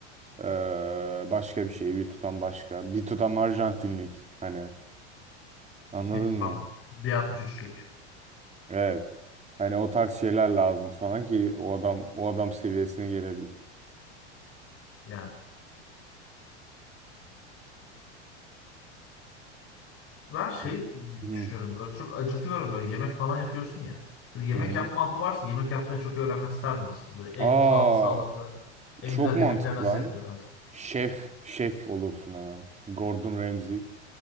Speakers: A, on the right; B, on the left.
A: eee, başka bir şey, bir tutam başka, bir tutam Arjantinlik hani anladın
B: Bir
A: mı?
B: tam bir 63'lük
A: Evet. Hani o tarz şeyler lazım sana ki o adam o adam seviyesine gelebil.
B: yani. Ben şey
A: O- Hı
B: düşünüyorum böyle çok acıkıyorum böyle yemek falan yapıyorsun ya. Böyle yemek
A: hı.
B: yapma hapı varsa yemek yapmayı çok öğrenmek isterdim aslında. Böyle en
A: Aa,
B: sağ, sağlıklı, en
A: Çok
B: güzel
A: mantıklı
B: yemekler nasıl
A: lan.
B: yapılır abi.
A: Şef, şef olursun hemen. Gordon Ramsay.